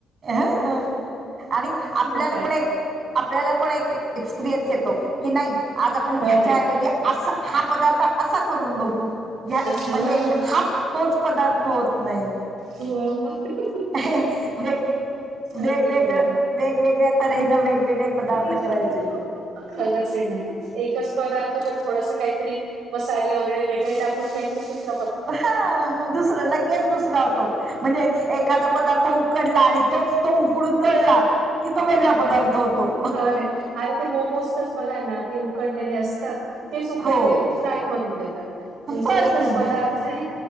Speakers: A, on the right; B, on the right.
A: ह आणि
B: मग
A: आपल्याला
B: काय?
A: पण एक आपल्याला पण एक एक्सपिरियन्स येतो की नाही. आज आपण
B: खरंय.
A: ह्याच्या ऐवजी अस हा पदार्थ असा करून बघू. ह
B: हां.
A: म्हणजे हात तोच पदार्थ होत नाही.
B: होय होय.
A: ह वेग वेगवेगळं
B: अगदी बरोबर.
A: वेगवेगळ्या तऱ्हेन वेगवेगळे. पदार्थ
B: खरंच
A: करायचे
B: आहे ना एकच पदार्थ पण थोडस काहीतरी. मसाले वगैरे वेगळे टाकून काहीतरी दुस
A: हा दुसरं लगेच दुसरा होतो म्हणजे एखादा पदार्थ. कडला आणि तोच तो उकडून तळला की तो वेगळा पदार्थ होतो.
B: खरे अरे ते मोमोज तरच बघा ना ते उकडलेले असतात. ते सुकटलेले
A: हो
B: ते फ्राय करून देतात, म्हणजे
A: प्रश्नच
B: एकच पदार्थ
A: नाही
B: आहे.